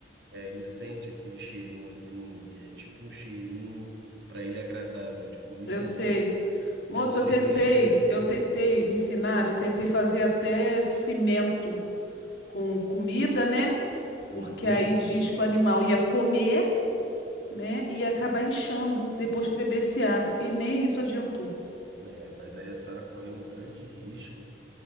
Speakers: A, on the right; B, on the left.
A: É, ele sente aquele cheirinho assim, é tipo um cheirinho para ele agradável de comida.
B: Eu sei. Moço,
A: E é onde
B: eu tentei,
A: ele entra.
B: eu tentei me ensinar, eu tentei fazer até cimento com comida, né?
A: Uhum.
B: Porque aí diz que o animal ia comer, né? E ia acabar inchando depois que bebesse água. E nem isso adiantou.
A: É, mas aí a senhora correu um grande risco